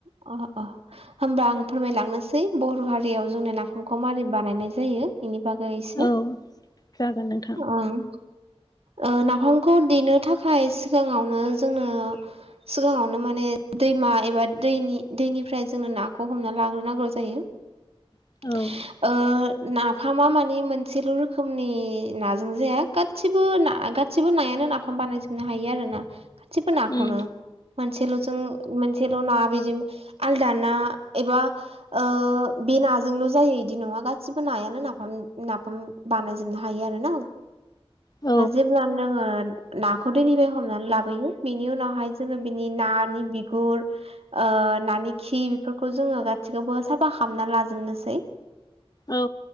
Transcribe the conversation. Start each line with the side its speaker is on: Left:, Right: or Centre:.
Right: अ अ होमबा आं फोरमायलांनोसै बर' हारियाव जोंनो नाफामखौ मारै बानायनाय जायो। इनि बागै एसे
Left: औ जागोन <unintelligible>
Right: ओं ओ नाफामखौ देनो थाखाय सिगाङावनो जोंनो सिगाङावनो माने दैमा एबा दैनि दैनिफ्राय जोंङो नाखौ हमना लाग्रोनांगौ जायो। <inaudible>
Left: औ
Right: ओ नाफामा माने मोनसेल' <unintelligible> रोखोमनि नाजों जाया गासिबो ना गासिबो नायानो नाफाम बानायजोबनो हायो आरो ना गासिबो नाखौनो
Left: उम
Right: मोनसेल' जों मोनसेल' ना बेदि आलदा ना एबा ओ बे नाजोंल' जायो इदि नङा गासिबो नायानो नाफाम नाफाम बानायजोबनो हायो आरो ना
Left: औ
Right: जेब्ला नोङो नाखौ दैनिफ्राय हमनानै लाबोयो बिनि उनावहाय जोङो बिनि नानि बिगुर ओ नानि खि बेफोरखौ जोङो गासैखौबो साफा खामना लाजोबनोसै
Left: औ